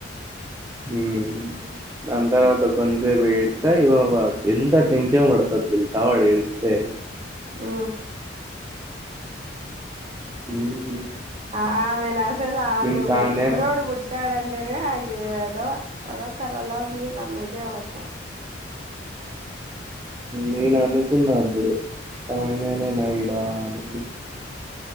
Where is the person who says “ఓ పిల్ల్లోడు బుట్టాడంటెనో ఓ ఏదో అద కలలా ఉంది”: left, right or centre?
Right